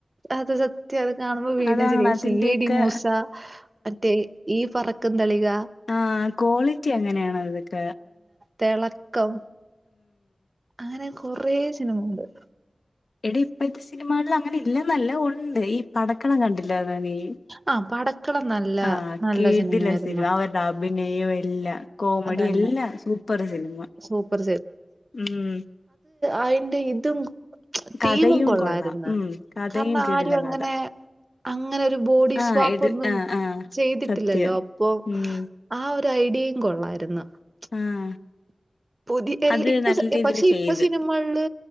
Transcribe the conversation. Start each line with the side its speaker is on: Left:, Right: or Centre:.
Right: അത് സത്യ അത് കാണുമ്പോ വീണ്ടും
Left: അതാണ്
Right: ചിരിക്കും
Left: അതിന്റെയൊക്കെ
Right: സിഐഡി മൂസ മറ്റേ ഈ പറ ക്കും തളിക
Left: ആ ക്വാളിറ്റി അങ്ങനെയാണ് അതൊക്ക
Right: തെള കം അങ്ങനെ കൊറേ സിനിമ <unintelligible>
Left: എടീ ഇപ്പഴത്തെ സിനിമകളിൽ അങ്ങനെ ഇല്ലെന്നല്ല ഉണ്ട് ഈ പടക്കളം കണ്ടില്ലേ <unintelligible>
Right: ആ പടക്കളം നല്ല
Left: ആ
Right: നല്ല
Left: കിടിലം
Right: സിനിമയായിരുന്നു
Left: സിനിമ അവരുടെ അഭി <unintelligible> കോമഡി
Right: തന്നെ
Left: എല്ലാം സൂപ്പർ സിനിമ
Right: സൂപ്പർ
Left: ഉം
Right: അയിന്റെ ഇതും <unintelligible>
Left: കഥയും
Right: തീമും കൊള്ളായിരുന്നു
Left: കൊള്ളാം. ഉം കഥയും
Right: കാരണം
Left: കിടിലം
Right: ആരും അങ്ങനെ
Left: കഥ.
Right: അങ്ങനെ ഒരു ബോഡി
Left: ആഹ്
Right: സ്വാപ്പ്
Left: എട്
Right: ഒന്നും
Left: ആഹ് ആഹ്
Right: ചെയ്തിട്ടില്ലല്ലോ
Left: സത്യം.
Right: അപ്പൊ
Left: ഉം
Right: ആ ഒ <unintelligible> കൊള്ളായിരുന്നു
Left: ആഹ്
Right: <unintelligible> <unintelligible>
Left: അത്
Right: ഇപ്പൊ
Left: നല്ല രീതിയിൽ
Right: പക്ഷെ ഇപ്പൊ
Left: ചെയ്ത്
Right: സിനിമകളില്